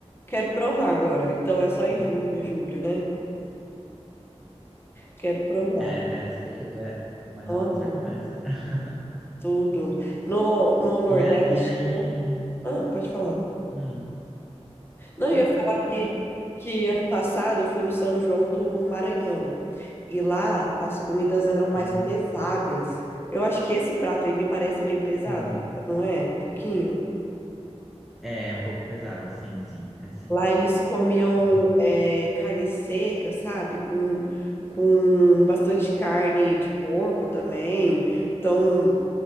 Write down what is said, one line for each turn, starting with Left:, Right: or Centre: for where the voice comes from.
Left: Quero provar agora. Então é só em
Centre: Uhum.
Left: junho, julho, né? Quero provar.
Centre: É, é nesse período, é. Mais
Left: Aham.
Centre: ou menos já começa. <laughs>
Left: Tudo. No, no Nordeste,
Centre: E, a, e aí.
Left: né? Ah, pode falar.
Centre: hum,
Left: Não, eu
Centre: não,
Left: ia falar
Centre: pode falar,
Left: que,
Centre: pode falar.
Left: que ano passado eu fui no São João do Maranhão. E lá as comidas eram mais
Centre: Caramba.
Left: pesadas. Eu acho que esse prato aí me parece meio pesado,
Centre: Hum,
Left: não é? Um pouquinho.
Centre: é é um pouco pesado, sim, sim, é sim.
Left: Lá eles comiam
Centre: Uhum.
Left: é, carne seca, sabe? Com, com bastante carne de porco também. Então,